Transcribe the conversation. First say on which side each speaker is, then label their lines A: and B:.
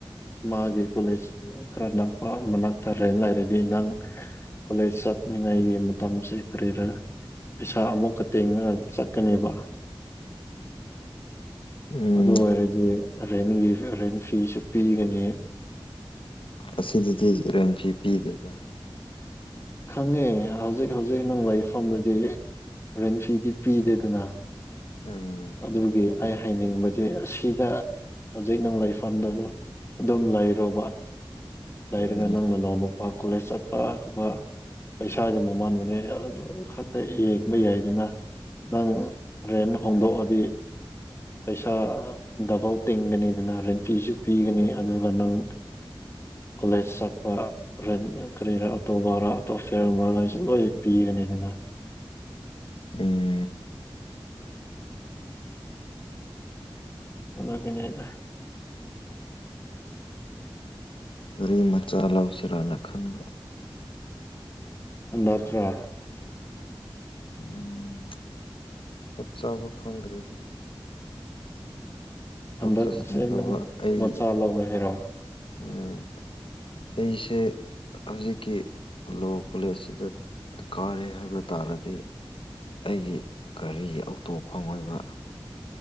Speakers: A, on the left; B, on the left.
A: ꯃꯥꯒꯤ ꯀꯣꯂꯦꯖ ꯈꯔ ꯅꯛꯄ ꯃꯅꯥꯛꯛꯇꯔꯦ ꯂꯩꯔꯗꯤ ꯅꯪ ꯀꯣꯂꯦꯖ ꯆ ꯑꯩ ꯃ ꯃꯇꯝꯝꯁꯤꯦ ꯀꯔꯤꯔꯦ ꯄꯩꯁꯥ ꯑꯃꯨꯛꯀ ꯇꯦꯡꯅꯒ ꯆꯠꯀꯅꯦꯕ
B: <inaudible> ꯎꯝ
A: ꯑꯗꯨ ꯑꯣꯏꯔꯗꯤ ꯔꯦꯟꯒꯤ ꯔꯦꯟ ꯐꯤꯁꯨ ꯄꯤꯒꯅꯤ
B: ꯑꯁꯤꯗꯗꯤ ꯔꯦꯟꯐꯤ ꯄꯤꯗꯦꯗ
A: ꯈꯪꯉꯦ ꯍꯧꯖꯤꯛ ꯍꯧꯖꯤꯛ ꯅꯅꯨꯡ ꯂꯥꯏꯐꯝꯗꯨꯗꯤ ꯔꯣꯔꯦꯟ ꯐꯤꯗꯤ ꯄꯤꯗꯦꯗꯅ
B: ꯎꯝ
A: ꯑꯗꯨꯒꯤ ꯑꯩ ꯍꯥꯏꯅꯤꯡꯕꯗꯤ ꯑꯁꯤꯗ ꯍꯧꯖꯤꯛ ꯅꯪ ꯂꯩꯐꯝꯗꯅ ꯑꯗꯨꯝ ꯂꯩꯔꯨꯕ ꯂꯩꯔꯒ
B: ꯎꯝ
A: ꯅꯪꯅ ꯅꯅꯥꯎꯅ ꯅꯨꯄꯥ ꯀꯣꯂꯦꯖ ꯆꯠꯄꯒꯕ ꯄꯩꯁꯥꯥꯁꯦ ꯃꯃꯥꯟꯕꯅꯦ ꯑꯗꯨ ꯈꯛꯇ ꯌꯦꯡꯕ ꯌꯥꯏꯗꯅ ꯅꯪ ꯔꯦꯟ ꯍꯣꯡꯗꯣꯛꯑꯗꯤ ꯄꯩꯁꯥ ꯗꯕꯜ ꯇꯤꯡꯒꯅꯤꯗꯅ ꯔꯔꯤꯟꯐꯤꯁꯨ ꯄꯤꯒꯅꯤ ꯑꯗꯨꯒ ꯅꯪ ꯀꯣꯂꯦꯖ ꯆꯠꯄ ꯀꯔꯤꯅ ꯑꯇꯣ ꯔꯥ ꯇꯣꯐꯦꯔꯝꯕ ꯂꯁꯨ ꯂꯣꯏꯅ ꯄꯤꯒꯅꯤ ꯑꯗꯨꯅ
B: ꯎꯝ
A: ꯑꯗꯨ ꯀꯅꯦꯗ
B: ꯑꯗꯨ ꯃꯆꯥ ꯂꯥꯎꯁꯤꯔꯥꯅ ꯈꯟꯕ
A: ꯗꯣꯛꯇꯔ
B: ꯎꯝ ꯆꯞ ꯆꯥꯕ ꯈꯪꯗꯔꯤꯗ
A: ꯑꯟꯗꯁꯅ
B: ꯆꯠꯁꯤꯟ ꯇꯧꯕ ꯑꯩ
A: ꯃꯁꯂꯥ ꯑꯣꯏꯦꯔꯥ
B: ꯎꯝ ꯑꯩꯁꯦ ꯍꯧꯖꯤꯛꯀꯤ ꯂꯣ ꯀꯣꯂꯦꯖꯁꯤꯗ ꯀꯥꯔꯦ ꯍꯥꯏꯕ ꯇꯥꯔꯗꯤ ꯑꯩꯒꯤ ꯒꯥꯔꯤ ꯑꯣꯇꯣ ꯐꯪꯉꯣꯏꯕ